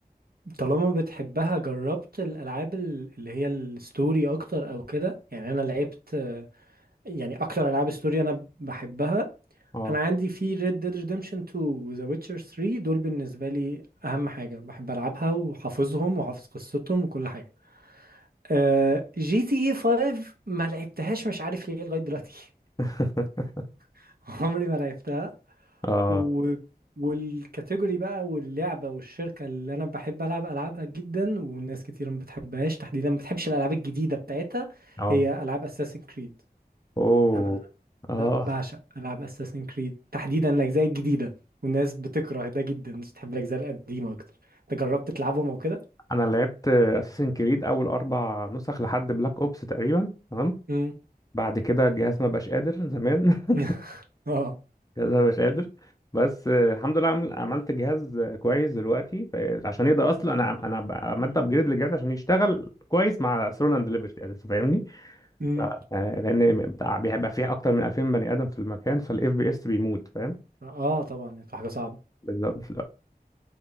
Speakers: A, on the right; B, on the left.
A: طالما بتحبها جربت الالعاب ال- اللي هي الستوري اكتر او كده يعني انا لعبت آه، يعني اكتر العاب ستوري انا بحبها
B: اه
A: انا عندي في Red Dead Redemption 2 و The Witcher 3 دول بالنسبة لي اهم حاجة بحب العبها وحافظهم وحافظ قصتهم وكل حاجة آه، جي تي اي 5 ما لعبتهاش مش عارف ليه لغاية دلوقتي
B: <laughs>
A: <laughs> عمري ما لعبتها
B: اه
A: و... والكاتيجوري بقى واللعبة والشركة اللي أنا بحب ألعب ألعابها جدا والناس كتير ما بتحبهاش تحديدا ما بتحبش الألعاب الجديدة بتاعتها
B: اه
A: هي ألعاب أساسن كريد
B: اوه
A: أنا ب-
B: اه
A: بعشق ألعاب أساسن كريد تحديدا الأجزاء الجديدة والناس بتكره ده جدا الناس بتحب الأجزاء القديمة أكتر أنت جربت تلعبهم أو كده؟
B: انا لعبت اساسن كريد اول اربع نسخ لحد بلاك اوبس تقريبا تمام
A: مم.
B: بعد كده الجهاز ما بقاش قادر زمان <laughs>
A: <laughs> اه
B: الجهاز ما بقاش قادر بس آه، الحمد لله عمل- عملت جهاز آه، كويس دلوقتي آه، عشان يقدر اصلا انا انا عملت ابجريد للجهاز عشان يشتغل كويس مع ثرون اند ليبرتي فاهمني
A: مم.
B: آه، لان بتاع- بيبقى فيه اكتر من 2000 بني ادم في المكان فالاف بي اس بيموت فاهم
A: اه طبعا هتبقى حاجة صعبة
B: بالظبط